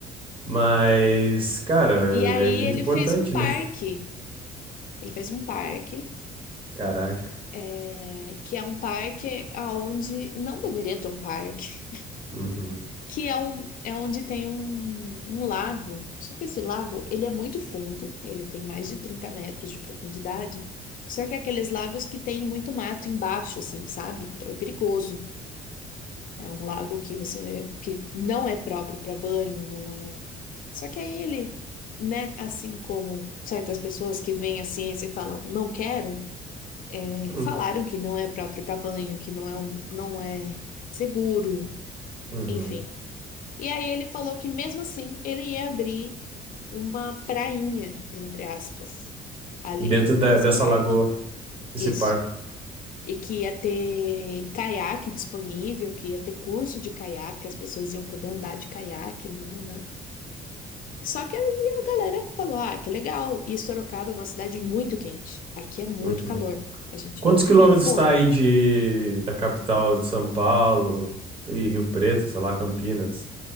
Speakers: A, on the right; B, on the left.
A: Mas, cara,
B: E aí
A: é é muito
B: ele
A: importante,
B: fez um parque.
A: né? <laughs>
B: Ele fez um parque.
A: Caraca.
B: é, que é um parque aonde não deveria ter um parque.
A: Uhum.
B: que é, um, é onde tem um, um lago. Só que esse lago, ele é muito fundo, ele tem mais de 30 metros de profundidade. Só que é aqueles lagos que tem muito mato embaixo, assim, sabe? Então é perigoso. É um lago que você, que não é próprio para banho, não é. Só que aí ele, né, assim como certas pessoas que veem a ciência e falam, não quero, é,
A: Hum,
B: falaram que não é próprio para banho, que não é um, não é seguro,
A: uhum.
B: enfim. E aí ele falou que mesmo assim ele ia abrir uma prainha, entre aspas, ali
A: Dentro da-
B: nesse
A: dessa
B: parque.
A: lagoa, desse
B: Isso.
A: parque.
B: E que ia ter caiaque disponível, que ia ter curso de caiaque, as pessoas iam poder andar de caiaque, nananã. Só que aí a galera falou: ah, que legal. E Sorocaba é uma cidade muito quente. Aqui é muito
A: Uhum.
B: calor. A gente
A: Quantos
B: vive
A: quilômetros
B: num forno.
A: está aí de, da capital de São Paulo e Rio Preto, sei lá, Campinas?